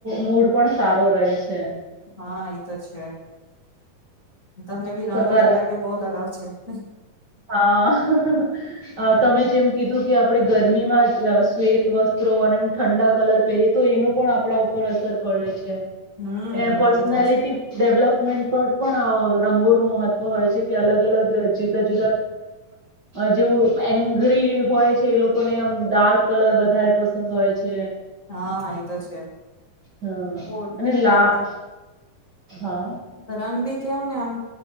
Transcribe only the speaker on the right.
મૂડ પણ સારો રહે છે.
સકાર
હા તમે જેમ કીધું. કે આપણે ગરમીમાં શ્વેત વસ્ત્રો અને એમ ઠંડા કલર પહેરીએ તો એનું પણ. કડા ઉપર અસર પડે છે
એ પર્સનાલિટી
ડેવલપ. પર પણ રંગોનું મહત્વ હોય છે કે અલગ અલગ જીવતા જ. જેવું એંગરી હોય છે એ લોકોને આમ ડાર્ક કલર વધારે પસંદ હોય છે.
હા
અને લા
હા